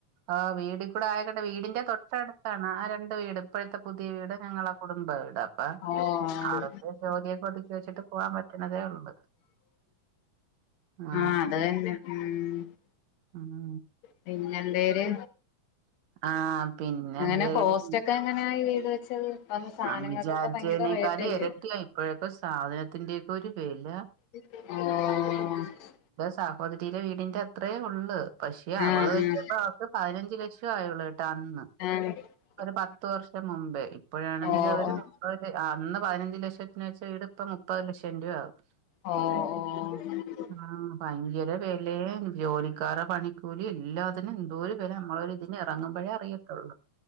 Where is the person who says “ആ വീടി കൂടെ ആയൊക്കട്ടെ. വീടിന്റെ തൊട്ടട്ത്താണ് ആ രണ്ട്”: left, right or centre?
Right